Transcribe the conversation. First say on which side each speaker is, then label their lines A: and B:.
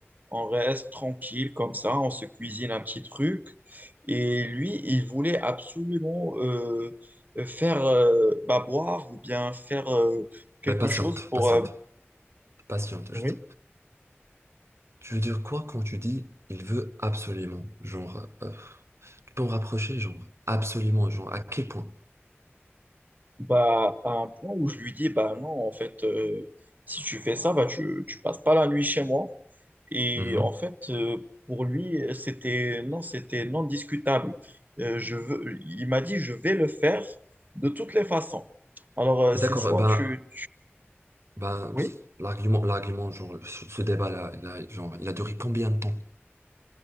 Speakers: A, on the right (about 40°); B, on the right (about 75°).
A: On reste tranquille comme ça. On se cuisine un petit truc. Et lui, il voulait absolument euh, faire euh, bah, boire ou bien faire euh, quelque
B: Mais patiente,
A: chose pour.
B: patiente,
A: euh,
B: patiente,
A: oui.
B: juste. Tu veux dire quoi quand tu dis il veut absolument? Genre, euh, tu peux me rapprocher, genre, absolument, genre, à quel point?
A: Bah, à un point où je lui dis, bah non, en fait, euh, si tu fais ça, bah, tu, tu passes pas la nuit chez moi. Et
B: Mhm.
A: en fait, euh, pour lui, c'était non, c'était non discutable. Euh, je veux, il m'a dit, je vais le faire de toutes les façons. Alors, euh,
B: Et
A: c'est
B: D'accord,
A: soit
B: euh, ben,
A: tu,
B: ben,
A: oui,
B: pff, l'argument, l'argument, genre, ce, ce débat-là, il a, genre, il a duré combien de temps?